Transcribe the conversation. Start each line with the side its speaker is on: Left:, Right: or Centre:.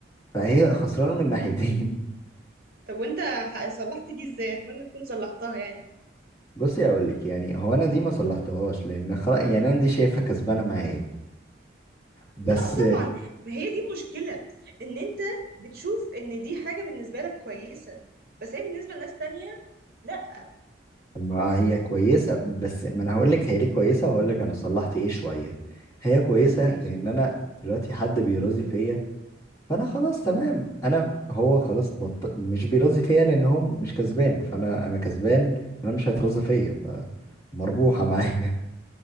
Left: فهي خسرانه من ناحيتين <laughs>
Right: طب وانت ح- صلحت دي ازاي اتمنى تكون صلحتها يعني
Left: بصي اقول لك يعني هو انا دي ما صلحتهاش لان خلاص يعني انا دي شايفها كسبانه معايا بس
Right: لا طبعا ما هي دي مشكلة ان انت بتشوف ان دي حاجة بالنسبة لك كويسة بس هي بالنسبة لناس تانية لا
Left: ما هي كويسة بس ما انا هقول لك هي ليه كويسة وهقول لك انا صلحت ايه شوية هي كويسة
Right: ماشي
Left: لان انا دلوقتي حد بيراضي فيا فانا خلاص تمام انا هو خلاص بط... مش بيراضي فيا لان هو مش كسبان فانا انا كسبان انا مش هيتراضى فيا فمربوحة معايا